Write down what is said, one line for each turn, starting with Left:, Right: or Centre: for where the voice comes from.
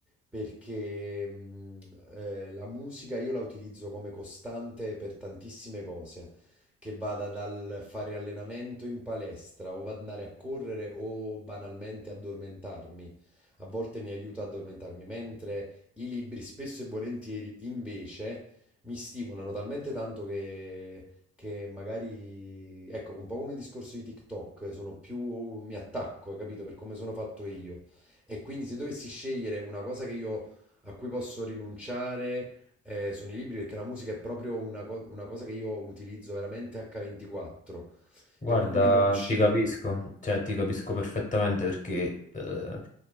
Centre: Perché mh, eh, la musica io la utilizzo come costante per tantissime cose, che vada dal fare allenamento in palestra o andare a correre o banalmente addormentarmi. A volte mi aiuta ad addormentarmi, mentre i libri spesso e volentieri invece mi stimolano talmente tanto che, che magari, ecco, un po' come il discorso di TikTok, sono più, mi attacco, hai capito, per come sono fatto io. E quindi se dovessi scegliere una cosa che io, a cui posso rinunciare, eh, sono i libri, perché la musica è proprio una, co- una cosa che io utilizzo veramente H24,
Left: Guarda,
Centre: per cui non riuscirei.
Left: ti capisco, cioè ti capisco perfettamente perché eh,